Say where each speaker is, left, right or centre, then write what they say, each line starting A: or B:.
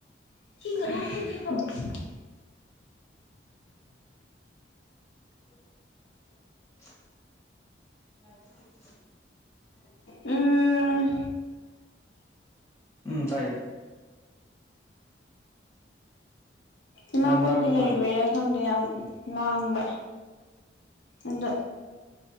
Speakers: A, on the left; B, on the left.
A: <unintelligible>
B: <unintelligible> <unintelligible>
A: ꯎꯝ
B: ꯎꯝ ꯇꯥꯏꯌꯦ
A: ꯏꯃꯥꯥ
B: ꯌꯥꯝ
A: ꯀꯣꯏ
B: ꯂꯥꯡꯕ ꯃꯥꯜꯂꯦ
A: ꯂꯩꯕꯩꯔꯥ ꯈꯪꯗ ꯌꯥꯝ ꯂꯥꯡꯕ ꯑꯗꯣ